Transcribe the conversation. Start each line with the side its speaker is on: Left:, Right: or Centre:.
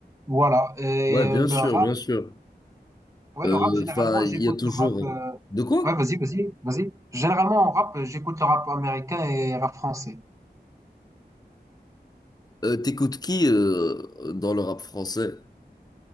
Right: voilà. Et
Left: Ouais, bien
Right: le
Left: sûr,
Right: rap,
Left: bien sûr.
Right: ouais,
Left: Euh,
Right: le rap, généralement,
Left: Enfin, il
Right: j'écoute
Left: y a toujours.
Right: le rap. euh,
Left: De quoi?
Right: Ouais, vas-y, vas-y, vas-y. Généralement, en rap, j'écoute le rap américain et rap français.
Left: Euh, t'écoutes qui euh, dans le rap français?